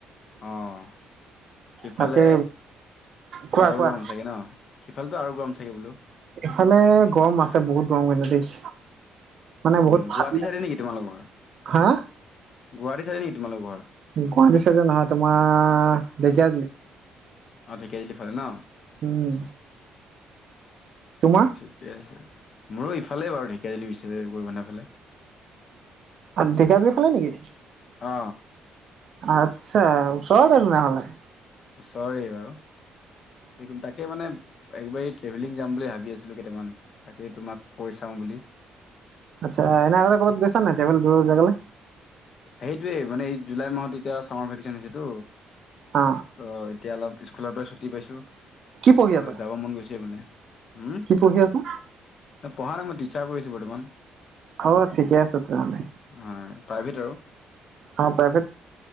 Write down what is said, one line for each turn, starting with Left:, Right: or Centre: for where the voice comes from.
Left: আহ সিফালে
Right: তাকে কোৱা
Left: আৰু
Right: কোৱা
Left: গৰম চাগে ন সিফালেতো আৰু গৰম চাগে বোলো
Right: এইফালে গৰম আছে বহুত গৰম মানে দেই মানে বহুত
Left: উম
Right: ঠাণ্ডা
Left: গুৱাহাটী চালি নেকি তোমালোক বৰ
Right: হা
Left: গুৱাটী চাই নেকি তোমালোক ঘৰ
Right: গুৱাহাটীছে যে নহয় তোমাৰ দেখি আজমি
Left: অ ঢিকেজেলি ফালে ন
Right: উম তোমাৰ
Left: ঠিকে আছে মোৰো ইফালে বাৰু ঢেকীয়া দিলি বিচ কৰিব নাইফালে
Right: দেখে আিব খালে নেকি
Left: অ
Right: আচ্ছা ওচৰতৰত নহ'লে
Left: চৰি বাৰু যোন তাকে মানে একবাৰি ট্ৰেভেলিং যাম বুলি ভাবি আছিলো কেইটামান তাকেই তোমাক কৈ চাওঁ বুলি
Right: আচ্ছা এনে আৰুগ ক'বাত গৈছ নাই এতি দৰ গলে
Left: সেইটোয়ে মানে এই জুলাই মাহতে এতিয়া চামাৰ ভেকেচন হৈছেতো
Right: অ
Left: ত এতিয়া অলপ স্কুলৰ পৰাু ৰাতি পাইছো
Right: কি পঢ়ি
Left: ত
Right: আছা
Left: যাব মন গৈছে বোলে হম
Right: কি পঢ়ি আছা
Left: ন পঢ়া নাই মই ইচ্া কৰিছো বৰ্তমান
Right: অ ঠিকে আছে তেহলে
Left: হয় প্ৰাইভেট আৰু
Right: অ প্ৰাই